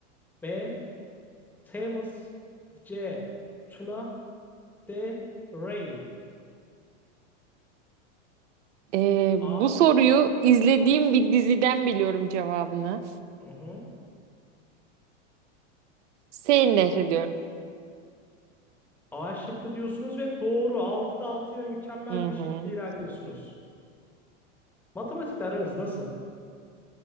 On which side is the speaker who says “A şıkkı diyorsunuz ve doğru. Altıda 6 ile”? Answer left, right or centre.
Centre